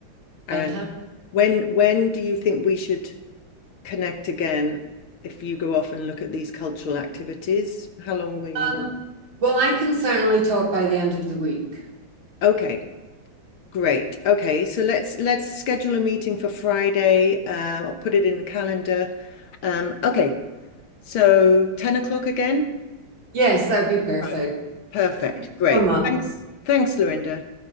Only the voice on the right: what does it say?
Fantastic.
Um,
well, I can certainly talk by the end of the week.
Yes, that would be perfect.
So much.